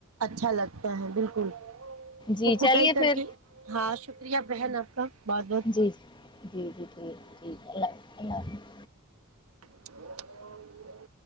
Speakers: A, on the right; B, on the left.
A: اچھا لگتا ہے بالکل
B: جی
A: وہ کٹائی
B: چلیے
A: کر
B: پھر
A: کے ہاں شکریہ بہن آپ کا بہت بہت
B: جی جی جی جی ٹھیک ٹھیک اللہ حفظ اللہ حافظ
A: <inaudible>